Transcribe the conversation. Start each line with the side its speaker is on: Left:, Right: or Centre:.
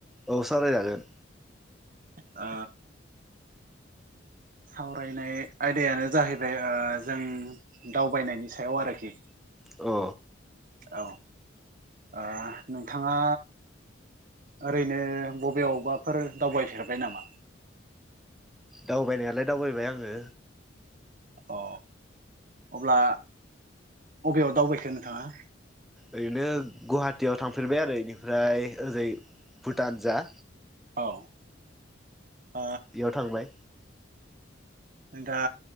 Centre: औ सावरायजागोन
Right: आ सावरायनाय आयदायानो जाहैबाय अ जों दावबायनायनि सायाव आरोखि
Centre: औ
Right: औ आ नोंथाङा ओरैनो बबेआवबाफोर दावबायफेरबाय नामा?
Centre: दावबायनायालाय दावबायबाय आङो
Right: अ अब्ला अबेयाव दावबायखो नोंथाङा
Centre: ओरैनो गुवाहाटीयाव थांफेरबाय आरो इनिफ्राय ओजै भुटान जा
Right: औ अ
Centre: बेयाव थांबाय
Right: दा